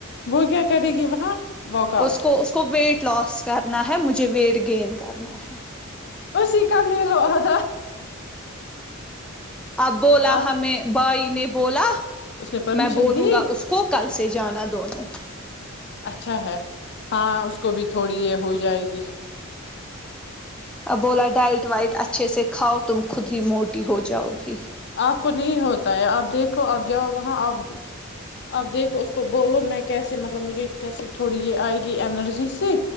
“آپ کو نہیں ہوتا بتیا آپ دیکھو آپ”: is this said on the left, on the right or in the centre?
Left